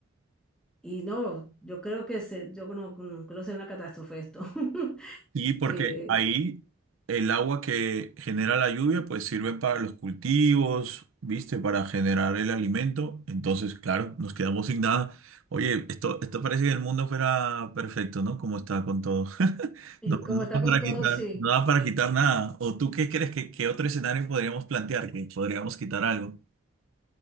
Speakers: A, in the centre; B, on the right (about 85°).
A: y no, yo creo que se, yo no, no creo sea una catástrofe esto. <laughs>
B: Sí, porque
A: Eh,
B: ahí el agua que genera la lluvia pues sirve para los cultivos, ¿viste? Para generar el alimento. Entonces, claro, nos quedamos sin nada. Oye, esto, esto parece que el mundo fuera perfecto, ¿no? Como está con todo. <laughs>
A: y
B: No,
A: como
B: no
A: está
B: da
A: con
B: para
A: todo,
B: quitar,
A: sí.
B: no da para quitar nada. ¿O tú qué crees que qué otro escenario podríamos plantear? Que podríamos quitar algo.